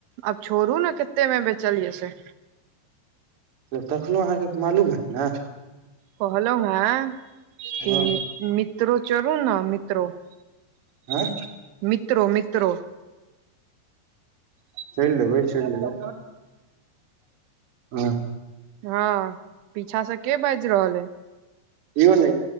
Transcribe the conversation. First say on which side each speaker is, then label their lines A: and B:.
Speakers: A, on the right; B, on the right.
A: अब छोड़ू ने कते मे बेचलिय से
B: कखनो अहाँके मालूम हैत ने
A: कहलहु हैं
B: हँ
A: कि मित्रो चरू ने मित्रो
B: आँ
A: मित्रो मित्रो
B: चलि लेबै चलि लेबै हँ।
A: हँ पीछा से के बाजि रहल अइ
B: इहो नै